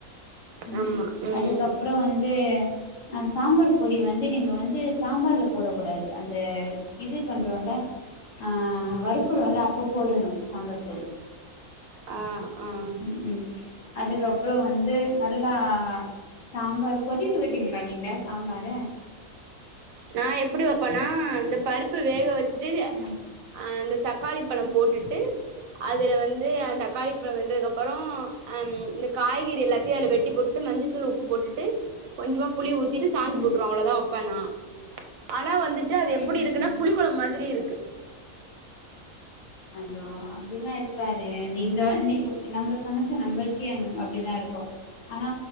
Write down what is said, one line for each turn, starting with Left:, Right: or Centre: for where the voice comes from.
Left: உம்
Right: ஆமா ம்
Left: அதுக்கப்றோ வந்து அ சாம்பார் பொடி வந்து நீங்க வந்து சாம்பார்ல போடக் கூடாது அந்த இது பண்றோன்ல ஆ க்குரோல்ல அப்ப போடணு சாம்பார் பொடி
Right: ஆ ஆ
Left: உம் உம் அதுக்கப்றோ வந்து நல்லா சாம்பார் கொதிக்க விட்ரீங்களா நீங்க சாம்பார
Right: நா எப்புடி வப் பனா அந்த பருப்பு வேக வச் ச்சிட்டு
Left: ம்
Right: அஹ் அந்த தக்காளி பழம் போட்டுட்டு அதுல வந்து தக்காளி பழம் வெந்ததுக்கு அப்புறோ ஆஹ இந்த காய்கறி எல்லாத்தையும் அதில் வெட்டி போட்டுட்டு மஞ்சத்தூள் உப்பு போட்டுட்டு கொஞ்சமா புளி ஊத்திட்டு சாந்து
Left: ம்
Right: போட்டுருவேன் அவ்ளோ தான் அப்பனா ஆனா வந்துட்டு அது எப்படி
Left: ம்
Right: இருக்குன்னா புளி குழம்பு மாதிரி இருக்கு
Left: ஐயோ அப்படிலா இருக்காதே நீங்க நீ நம்ம சமைச்ச நம்மளுக்கே அந்த அப்படிதான் இருக்கும் ஆனா